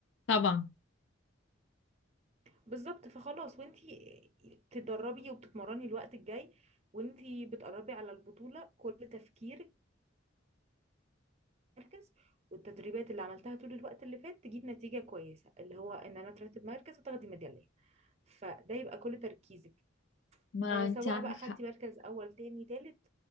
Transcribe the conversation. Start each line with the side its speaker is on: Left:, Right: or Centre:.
Left: طبعا
Right: بالظبط فخلاص وانتي تدربي وبتتمرني الوقت الجاي وانتي بتقربي على البطوله كل تفكيرك مركز والتدريبات اللي عملتها طول الوقت اللي فات تجيب نتيجة كويسة اللي هو ان انا اترتب مركز وتاخدي ميدالية فده يبقى كل تركيزك
Left: ما
Right: آه،
Left: انت
Right: سواء
Left: عندك
Right: بقى خدتي
Left: حق
Right: مركز اول تاني تالت